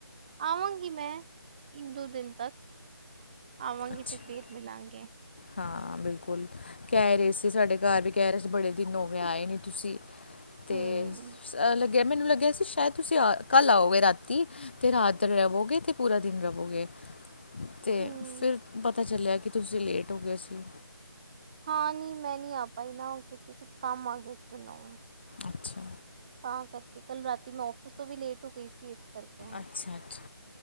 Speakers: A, on the right (about 20°); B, on the left (about 30°).
A: ਆਵਾਂਗੀ ਮੈਂ ਇੱਕ ਦੋ ਦਿਨ ਤੱਕ ਆਵਾਂਗੀ
B: ਅੱਛਾ
A: ਤੇ ਫਿਰ ਮਿਲਾਂਗੇ।
B: ਹਾਂ ਬਿਲਕੁਲ ਕੇ ਰਹੇ ਸੀ ਸਾਡੇ ਘਰ ਵੀ ਕੇ ਰਹੇ ਸੀ ਬੜੇ ਦਿਨ ਹੋ ਗੇ ਆਏ ਨੀ ਤੁਸੀਂ। ਤੇ
A: ਹੂੰ
B: ਲੱਗੇਆ ਮੈਨੂੰ ਲੱਗੇਆ ਸੀ ਸ਼ਾਇਦ ਤੁਸੀਂ ਆ ਕੱਲ੍ਹ ਆਓਗੇ ਰਾਤੀ ਤੇ ਰਾਤ ਰਵੋਗੇ ਤੇ ਪੂਰਾ ਦਿਨ ਰਵੋਗੇ। ਤੇ
A: ਹੂੰ
B: ਫਿਰ ਪਤਾ ਚੱਲਿਆ ਕਿ ਤੁਸੀਂ ਲੇਟ ਹੋ ਗੇ ਸੀ।
A: ਹਾਂ ਨੀ ਮੈਂ ਨੀ ਆ ਪਾਈ ਨਾ, ਕਿਉਂਕਿ ਕੁਛ ਕੰਮ ਆ ਗਿਆ ਸੀ ਮੈਨੂੰ,
B: ਅੱਛਾ
A: ਤਾਂ ਕਰਕੇ ਕੱਲ ਰਾਤੀ ਮੈਂ ਆਫ਼ਿਸ ਤੋਂ ਵੀ ਲੇਟ ਹੋ ਗਈ। ਸੀ ਇਸ ਕਰਕੇ
B: ਅੱਛਾ-ਅੱਛਾ